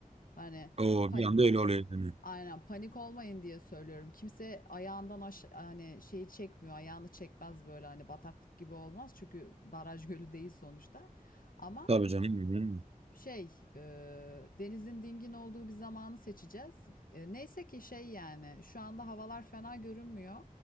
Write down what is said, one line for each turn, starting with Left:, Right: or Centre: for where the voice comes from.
Left: Hani
Right: Oo,
Left: pan-
Right: bir anda öyle oluyor yani.
Left: aynen panik olmayın diye söylüyorum. Kimse ayağından aş hani şeyi çekmiyor. Ayağını çekmez böyle hani bataklık gibi olmaz. Çünkü baraj gölü değil sonuçta. Ama
Right: Tabii canım. Hmm.
Left: şey, e, denizin dingin olduğu bir zamanı seçeceğiz. E, neyse ki şey yani şu anda havalar fena görünmüyor.